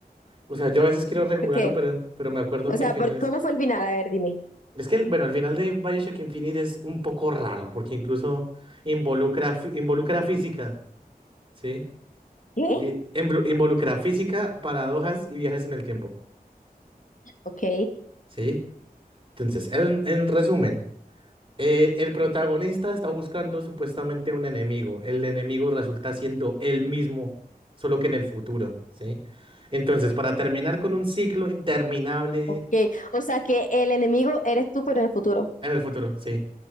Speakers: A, on the right; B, on the left.
A: o sea, yo a veces quiero rejugarlo,
B: ¿Por qué?
A: pero, pero me acuerdo
B: O
A: que
B: sea,
A: el final
B: ¿por,
A: es...
B: cómo fue el final? A ver, dime.
A: Es que, el- bueno, el final de BioShock Infinite es un poco raro, porque incluso involucra, fi- involucra física, ¿sí?
B: ¿Qué?
A: Y emblu- involucra física, paradojas y viajes en el tiempo,
B: Ok,
A: ¿sí? Entonces, en en resumen. Eh, el protagonista está buscando supuestamente a un enemigo. El enemigo resulta siendo él mismo, solo que en el futuro, ¿sí? Entonces, para terminar con un ciclo interminable
B: ok. O sea, que el enemigo eres tú, pero en el futuro.
A: en el futuro, sí.